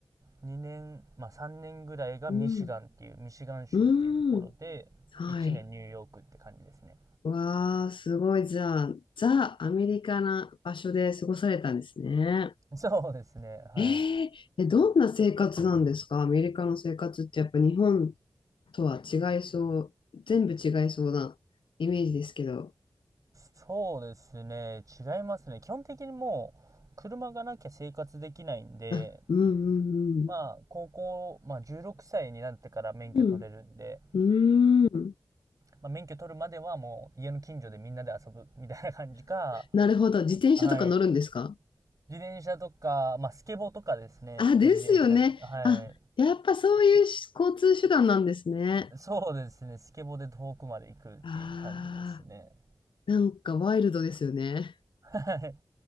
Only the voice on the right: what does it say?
2年、まあ3年ぐらいがミシガンっていう、
ミシガン州っていうところで、
1年ニューヨークって感じですね。
そうですね。はい。
そうですね。違いますね。基本的にもう、車がなきゃ生活できないんで、
まあ、高校、まあ、16歳になってから免許取れるんで、
まあ、免許取るまではもう、家の近所でみんなで遊ぶみたいな感じか、
はい。自転車とか、まあ、スケボーとかですね。
自転車、は
い。そうですね。スケボーで遠くまで行くっていう感じですね。
はい。